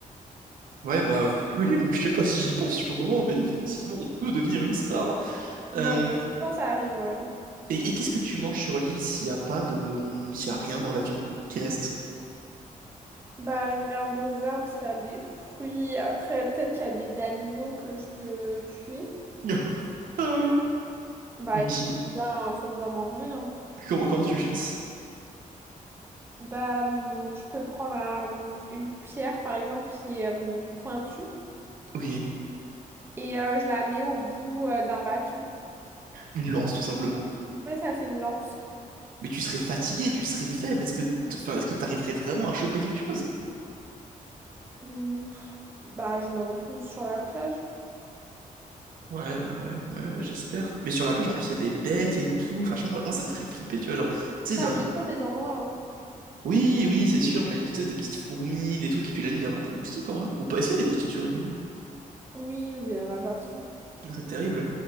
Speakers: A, on the right (about 75°); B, on the right (about 15°).
A: Ouais, bah <laughs> oui, oui, je sais pas si j'y pense sur le moment, mais effectivement, on peut devenir une star.
B: Non,
A: Euh,
B: mais sinon, ça arrive, ouais.
A: et et qu'est-ce que tu manges sur l'île s'il y a pas de, hum, s'il y a rien dans l'avion qui reste?
B: Bah, je regarde aux arbres, s'il y a des fruits. Après, peut-être qu'il y a des animaux que je peux tuer.
A: <laughs> Ah ouais.
B: Bah,
A: Ok.
B: écoute, faut bien, faut bien manger, hein.
A: Comment, comment tu chasses?
B: Bah, hum, je peux prendre un- une pierre, par exemple, qui est hum, pointue.
A: Ok.
B: Et euh, je la mets au bout euh, d'un bâton.
A: Une lance, tout simplement.
B: Ouais, ça fait une lance.
A: Mais tu serais fatigué, tu serais faible. Est-ce que, t- enfin, est-ce que t'arriverais vraiment à choper quelque chose?
B: Hum, Bah, je me repose sur la plage.
A: Ouais, ouais, ouais, ouais, ouais, j'espère. Mais sur la plage, en plus, il y a des bêtes et tout. Enfin, je- moi, moi, ça me ferait flipper, tu vois. Genre, tu
B: Ça
A: sais, un-
B: dépend des endroits, hein.
A: Oui, oui, c'est sûr, mais tu sais, des petites fourmis, des trucs, et puis la nuit, d'avoir des moustiques en vrai. Ou pas, est-ce qu'il y a des moustiques sur une île?
B: Oui, oui, il y en a partout.
A: C'est terrible.